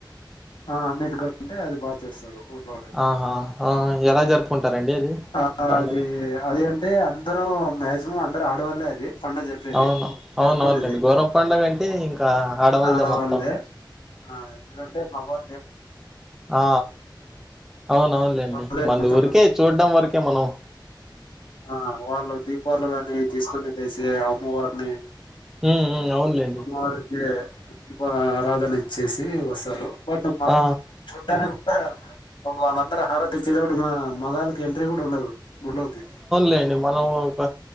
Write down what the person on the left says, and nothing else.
ఆ నటుకోంటే అది బాగా చేస్తారు ఊర్లో అనేది.
ఆ
అది అది అంటే అందరూ మాక్సిమం అందరు ఆడవాళ్ళలే అది పండుగ జరిపేది
జరుపుకునేది
ఆడవాళ్ళే
ఆ మగవా
వాళ్ళే
మొత్తం
ఆ వాళ్ళు దీపాళు గాని తీసుకునేసి అమ్మవారిని
అమ్మవారికె ప్ర దీప ఆరాధన ఇచ్చేసి వస్తారు బట్ మగాలు
చూడానికి అప్పుడు వాళ్ళందరు హారతి ఇచ్చేటప్పుడు మా మొదకి ఎంట్రీ కూడా ఉండదు హులకి